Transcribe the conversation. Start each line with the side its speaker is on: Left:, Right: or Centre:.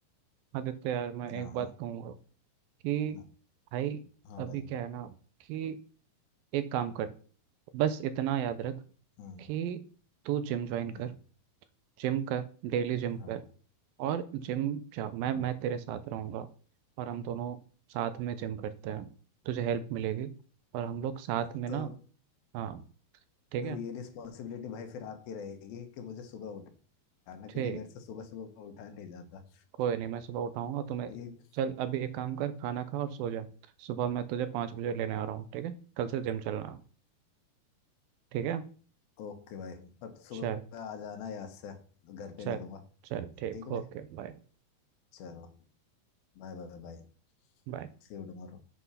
Right: आदित्य यार मैं
Left: हाँ
Right: एक बात
Left: हाँ
Right: कहूँगा कि
Left: हाँ
Right: भाई
Left: हाँ
Right: अभी
Left: भाई
Right: क्या है ना कि एक काम कर बस इतना याद रख
Left: हम्म
Right: कि तू जिम ज्वाइन
Left: हम्म
Right: कर जिम कर डेली जिम
Left: हाँ
Right: कर और जिम जा मैं
Left: हाँ
Right: मैं तेरे साथ रहूँगा और हम दोनों साथ में जिम करते हैं तुझे हेल्प मिलेगी और हम लोग साथ
Left: <laughs>
Right: में
Left: तो
Right: ना हाँ ठीक है
Left: ये रिस्पॉन्सिबिलिटी भाई फिर आपकी रहेगी कि मुझे सुबह उठाना क्योंकि
Right: ठीक
Left: मेरे से सुबह सुबह उठा नहीं जाता
Right: कोई नहीं मैं सुबह उठाऊँगा तुम्हें
Left: ठीक
Right: चल अभी एक काम कर खाना खा और सो जा सुबह मैं तुझे पाँच बजे लेने आ रहा हूँ ठीक है कल से जिम चलना ठीक है
Left: ओके भाई पर सुबह
Right: चल
Left: आ जाना याद से घर पे
Right: चल
Left: मिलूंगा
Right: चल ठीक
Left: ठीक है भाई
Right: ओके बाय
Left: चलो Bye bye bye
Right: बाय
Left: See you tomorrow